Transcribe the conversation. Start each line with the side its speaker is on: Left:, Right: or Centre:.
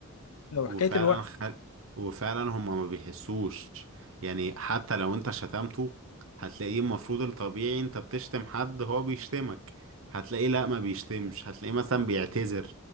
Left: لو
Right: وفعلا
Left: حكاية الوعي
Right: خل... وفعلا هما ما بيحسوش يعني حتى لو انت شتمته هتلاقيه المفروض الطبيعي انت بتشتم حد هو بيشتمك هتلاقيه لا ما بيشتمش هتلاقيه مثلا بيعتذر